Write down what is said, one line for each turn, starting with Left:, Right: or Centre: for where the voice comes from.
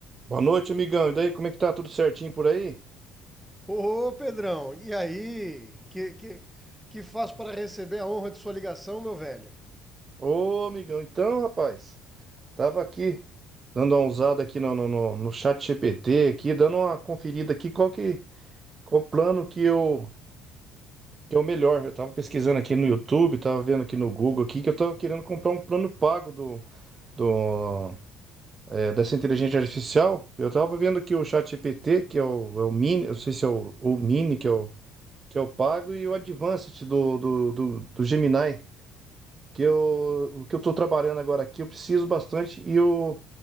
Right: Boa noite, amigão. E daí, como é que tá? Tudo certinho por aí?
Centre: Ô, Pedrão, e aí? Que, que, que faz para receber a honra de sua ligação, meu velho?
Right: Ô, amigão, então, rapaz, tava aqui dando uma usada aqui no, no, no, no chat GPT, aqui, dando uma conferida aqui, qual que, qual o plano que eu, que é o melhor. Eu tava pesquisando aqui no YouTube, tava vendo aqui no Google aqui, que eu tava querendo comprar um plano pago do, do, é, dessa inteligência artificial. Eu tava vendo aqui o chat GPT, que é o, é o Mini, eu não sei se é o, o Mini, que é o, que é o pago, e o Advanced do, do, do, do Gemini. que eu, o que eu tô trabalhando agora aqui, eu preciso bastante e eu,